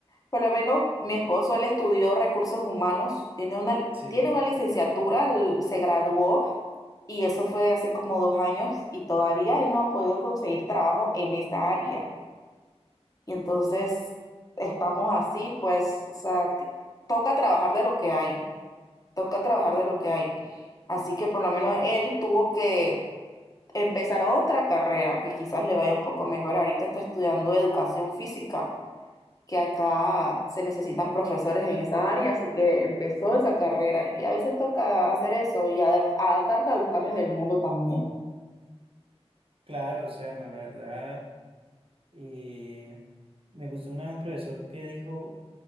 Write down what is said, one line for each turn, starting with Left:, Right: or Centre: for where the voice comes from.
Left: por lo menos mi esposo, él estudió recursos humanos, tiene una,
Right: sí,
Left: tiene una licenciatura, él se graduó y eso fue hace como dos años y todavía él no ha podido conseguir trabajo en esa área. Y entonces estamos así, pues, o sea, t- toca trabajar de lo que hay, toca trabajar de lo que hay. Así que por lo menos él tuvo que empezar otra carrera que quizás le vaya un poco mejor. Ahorita está estudiando educación física que acá se necesitan profesores en esa área, así que empezó esa carrera y a veces toca hacer eso y adap- adaptarte a los cambios del mundo también.
Right: claro, o sea, no, la verdad. Eh, me gustó una vez un profesor que dijo,